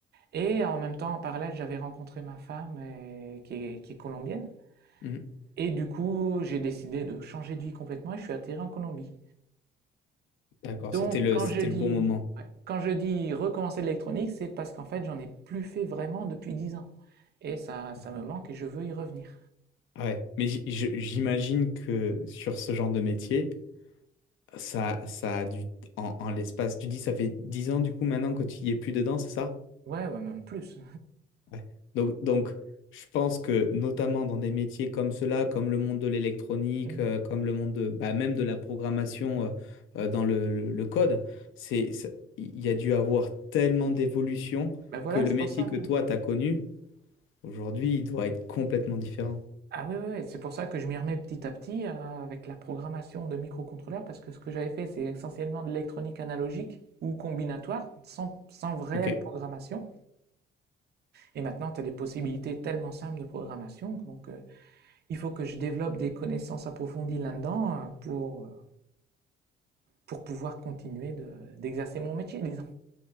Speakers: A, on the right (about 55°); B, on the left (about 80°).
A: Et en même temps, en parallèle, j'avais rencontré ma femme et- qui est, qui est colombienne.
B: Mhm.
A: Et du coup, j'ai décidé de changer de vie complètement et je suis atterri en Colombie.
B: D'accord,
A: Donc,
B: c'était le,
A: quand
B: c'était
A: je dis,
B: le bon moment.
A: ouais, quand je dis recommencer l'électronique, c'est parce qu'en fait, j'en ai plus fait vraiment depuis 10 ans. Et ça,
B: D'accord.
A: ça me manque et je veux y revenir.
B: Ah Ouais, mais j- je- j'imagine que sur ce genre de métier, Ça, ça a dû, en, en l'espace, tu dis, ça fait 10 ans du coup maintenant que tu y es plus dedans, c'est ça?
A: Ouais, ouais, même plus.
B: Ouais. Donc, donc, je pense que notamment dans des métiers comme cela, comme le monde de l'électronique,
A: Mm.
B: euh, comme le monde de, bah, même de la programmation euh, euh, dans le, le- le code, c'est, ça- il y a dû avoir tellement d'évolution
A: Ben voilà,
B: que le
A: c'est
B: métier
A: pour ça.
B: que toi, t'as connu, aujourd'hui, il doit être complètement différent.
A: Ah oui, oui, oui, c'est pour ça que je m'y remets petit à petit euh, avec la programmation de microcontrôleurs, parce que ce que j'avais fait, c'est essentiellement de l'électronique analogique ou combinatoire, sans, sans réelle
B: Ok.
A: programmation. Et maintenant, tu as des possibilités tellement simples de programmation, donc euh, il faut que je développe des connaissances approfondies là-dedans euh, pour, euh, pour pouvoir continuer de- d'exercer mon métier, disons.